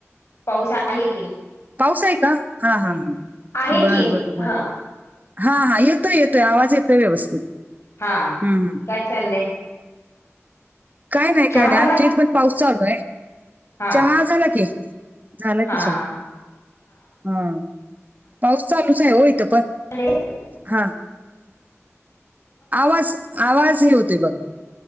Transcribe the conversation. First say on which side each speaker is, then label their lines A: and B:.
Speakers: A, on the left; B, on the right.
A: पाऊस आहे की
B: पाऊस आहे का हा
A: हम्म
B: हा हा.
A: आहे
B: बरं
A: की
B: बर बर
A: हा
B: हा हा येतोय येतोय आवाज येतोय व्यवस्थित.
A: हा
B: हम्म हम्म.
A: काय चाललंय?
B: काय नाही काय
A: चहा
B: नाही
A: झाला
B: आमच्या इथ पण पाऊस चालू आहे
A: हा
B: चहा झाला की. झाला की
A: हा
B: चहा
A: हा
B: हा पाऊस चालू चाय ओ इथ पण
A: चाललंय
B: हा. आवाज आवाज हे होते बघा